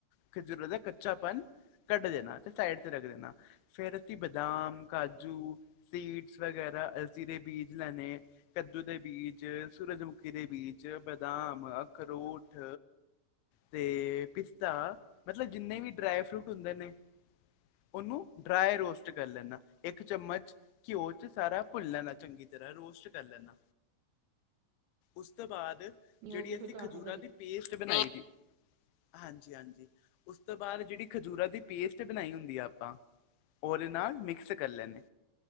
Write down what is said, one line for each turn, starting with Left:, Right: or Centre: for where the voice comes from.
Left: ਖਜੂਰਾਂ ਦਾ ਕ ਕੱਚਾਪਨ ਕੱਢ ਦੇਨਾ ਤੇ ਸਾਈਡ ਤੇ ਰੱਖ ਦੇਨਾ, ਫੇੇਰ ਅਸੀਂ ਬਦਾਮ, ਕਾਜੂ ਸੀਡਸ ਵਗੈਰਾ ਅਲਸੀ ਦੇ ਬੀਜ ਲੈਨੇ ਐ। ਕੱਦੂ ਦੇ ਬੀਜ, ਸੂਰਜਮੁਖੀ ਦੇ ਬੀਜ, ਬਦਾਮ, ਅਖਰੋਠ ਤੇ ਪਿਸਤਾ ਮਤਲਬ ਜਿੰਨੇ ਵੀ ਡਰਾਏ ਫਰੂਟ ਹੁੰਦੇ ਨੇ ਓਨੂੰ ਡਰਾਏ ਰੋਸਟ ਕਰ ਲੈਨਾ ਇੱਕ ਚਮਚ ਘਿਓ ਚ ਸਾਰਾ ਭੁੰਨ ਲੈਨਾ ਚੰਗੀ ਤਰਾਂ ਰੋਸਟ ਕਰ ਲੈਨਾ। ਉਸ ਤੋਂ ਬਾਦ
Right: ਨਹੀਂ
Left: ਜੇੜੀ
Right: ਉਹ ਤੇ
Left: ਅਸੀਂ
Right: ਫਿਰ ਕਾਫ਼ੀ
Left: ਖਜੂੂਰਾਂ
Right: ਵਧੀਆ
Left: ਦੀ ਪੇਸਟ ਬਨਾਈ ਦੀ ਹਾਂਜੀ-ਹਾਂਜੀ ਉਸ ਤੋਂ ਬਾਦ ਜੇੜੀ ਖਜੂਰਾਂ ਦੀ ਪੇਸਟ ਬਨਾਈ ਹੁੰਦੀ ਆ ਆਪਾਂ ਓਦੇ ਨਾਲ ਮਿਕਸ ਕਰ ਲੈਨੇ।